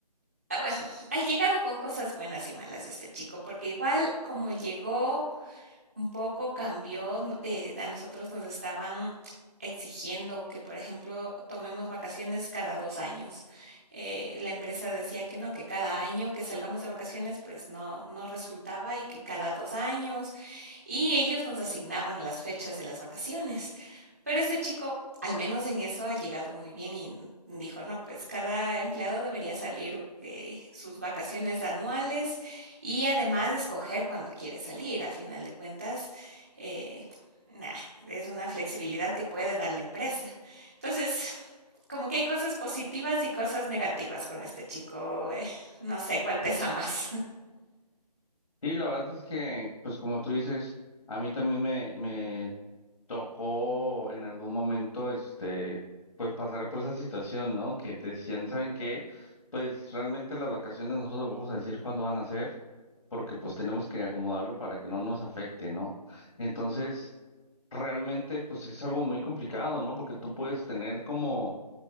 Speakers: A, on the right (about 20°); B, on the left (about 55°).
A: ah, bueno, <laughs> ha llegado con cosas buenas y malas este chico, porque igual como llegó Un poco cambió, n eh, a nosotros nos estaban exigiendo que, por ejemplo, tomemos vacaciones cada 2 años. Eh, la empresa decía que no, que cada año que salgamos de vacaciones, pues no no resultaba y que cada 2 años, y ellos nos asignaban las fechas de las vacaciones. Pero este chico, al menos en eso, ha llegado muy bien y dijo, no, pues cada empleado debería salir eh, sus vacaciones anuales y además escoger cuando quiere salir. A final de cuentas, eh, nah, es una flexibilidad que puede dar la empresa. Entonces, como que hay cosas positivas y cosas negativas con este chico. eh, no sé cuál pesa más.
B: Y la verdad es que, pues como tú dices, a mí también me me tocó en algún momento, este, pues pasar por esa situación, ¿no? Que te decían, ¿saben qué? Pues realmente las vacaciones nosotros les vamos a decir cuándo van a ser, porque pues tenemos que acomodarlo para que no nos afecte, ¿no? Entonces, realmente pues es algo muy complicado, ¿no? Porque tú puedes tener como